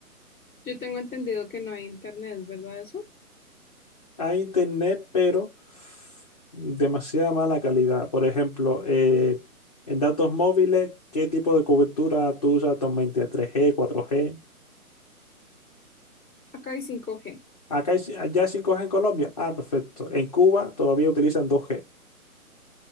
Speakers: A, in the centre; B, on the left.
A: Yo tengo entendido que no hay internet, ¿es verdad eso?
B: Hay internet, pero demasiada mala calidad. Por ejemplo, eh, en datos móviles, ¿qué tipo de cobertura tú usas actualmente? ¿3G, 4G?
A: Acá hay cinco g
B: Acá hay, ci- allá hay 5G en Colombia. Ah, perfecto. En Cuba todavía utilizan 2G.